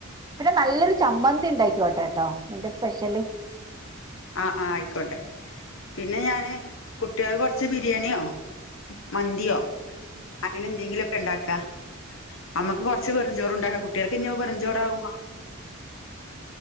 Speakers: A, on the right; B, on the left.
A: പിന്നെ നല്ലൊരു ചമ്മന്തി ഇണ്ടാക്ക ക്കോട്ടോ ട്ടോ നിന്റെ സ്പെഷ്യല്
B: ആ ആ ആയിക്കോട്ടെ പിന്നെ ഞാന് കുട്ടികൾ കൊറച്ച് ബിരിയാണിയോ മന്തിയോ അങ്ങനെ എന്തെങ്കിലും ഒക്കെ ഇണ്ടാക്കാ നമ്മുക്ക് കൊറച്ച് വെറും ചോർ ചോറുണ്ടാക്ക കുട്ടികൾക്ക്ഇനി വെറും ചോറാവുമ്പോ